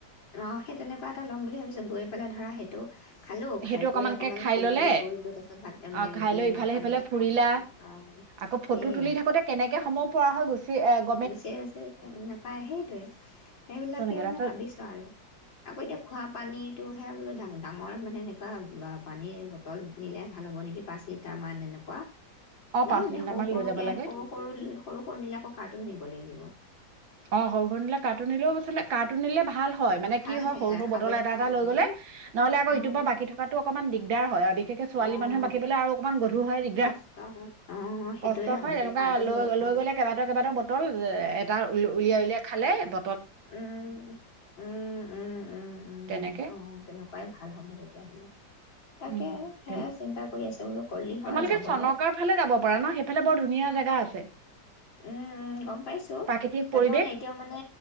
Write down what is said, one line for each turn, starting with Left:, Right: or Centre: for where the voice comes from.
Left: অ সেই তেনেকুৱা এটা ল'ম বুলি ভাবিছো গৈ পেলাই ধৰা সেইটো খালোঁ
Right: সেইটো
Left: খাই
Right: অকমানকে
Left: কৰি অকণমান
Right: খাই
Left: ঘূৰিলোঁ
Right: ললে
Left: ফুৰিলোঁ তাৰপিছত ভাত মানে
Right: অ খাই
Left: ৰুটি
Right: লৈ ইফালে
Left: মাংস
Right: সিফালে
Left: এনেকৈ
Right: ফুৰিলা
Left: খাই কৰি অঁ
Right: আকৌ ফটো
Left: সেয়া
Right: তুলি থাকোতে কেনেকে সময়ো পৰা হয় গুচি আহ
Left: গুচি গছে নাপায় সেইটোৱে সেইবিলাকে
Right: তেনেকে
Left: মানে
Right: তাৰপিছত
Left: ভাবিছো আৰু আকৌ এতিয়া খোৱা পানীটোে খাবলৈ ডাঙৰ মানে এনেকুৱা পানীৰ বটল নিলে ভাল হ'ব নেকি পাঁচ লিটাৰমান এনেকুৱা
Right: অ
Left: ন
Right: পাঁচ
Left: নে
Right: লিটাৰমান
Left: সৰু সৰুকে
Right: লৈ যাব লাগে
Left: সৰু সৰু সৰু সৰু নিলাকক কাৰ্টুন নিব লাগিব
Right: অ সৰু সৰু নিলা কাৰ্টোন দিলেও কথা নাই কাৰ্টুন দিলে ভাল হয় মানে
Left: ভাল
Right: কি হয়
Left: সেয়া
Right: সৰু সৰু
Left: খাবলৈ
Right: বটল এটা
Left: ভাল
Right: এটা লৈ
Left: হয়
Right: গলে
Left: ন
Right: নহলে আকৌ
Left: অঁ
Right: ইটোৰ পৰা বাকী থকাটো অকমান দিগদ বেৰ হয় আ গতিকে ছোৱালী
Left: অঁ
Right: মানুহে বাকীলৈ আৰু অকণমান গধুৰ হয়
Left: কষ্ট হয় অ সেইটোয়ে
Right: কষ্ট
Left: হয়
Right: এনেকুৱা
Left: দিয়া কাৰ্টুন লৈ ভাল হয়
Right: গ'লে কেইবাটাও বটল উ উলিয়াই উলিয়াই খালে ব
Left: উম উম উম উম উম
Right: তেনেকে
Left: আহ তেনেকুৱাই ভাল হব তেতিয়াহলে তাকে
Right: উম
Left: হে
Right: তেনে
Left: চিন্তা কৰি আছে বোল কলি হয়
Right: তোমালোকে
Left: যাবলৈ
Right: চনকাৰ ফালে যাব পাৰা ন সেইফালে বৰ ধুনীয়া
Left: উম
Right: জেগা আছে
Left: উম উম গম পাইছো
Right: প্ৰাকৃতিক
Left: তাকে
Right: পৰিৱেশ
Left: মানে এতিয়াও মানে